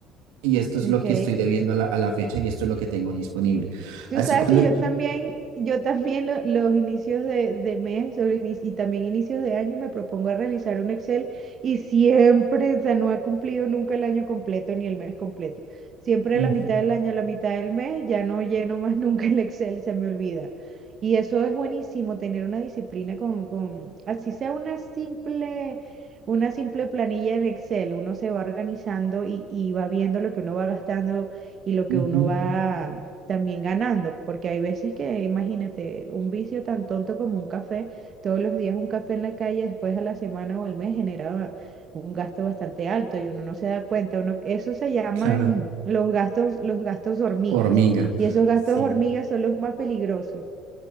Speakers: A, on the right; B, on the right.
A: y esto es
B: Ok.
A: lo que estoy debiendo a la, a la fecha y esto es lo que tengo disponible.
B: eh, Tú
A: Así
B: sabes
A: cuando...
B: que yo también, yo también lo- los inicios de, de mes o ini- y también inicios de año me propongo a realizar un Excel y siempre, o sea, no he cumplido nunca el año completo ni el mes completo. Siempre
A: Mm,
B: a la mitad del año, a la mitad del mes, ya no lleno más <laughs> nunca el Excel, se me olvida. Y eso es buenísimo, tener una disciplina con, con, así sea una simple, una simple planilla en Excel, uno se va organizando y, y va viendo lo que uno va gastando y lo
A: ujú,
B: que uno va también ganando, porque hay veces que, imagínate, un vicio tan tonto como un café, todos los días un café en la calle, después a la semana o al mes genera un gasto bastante alto y uno no se da cuenta, uno, eso se llaman
A: claro,
B: los gastos, los gastos hormigas,
A: hormiga.
B: y esos gastos
A: Sí,
B: hormigas son los más peligrosos.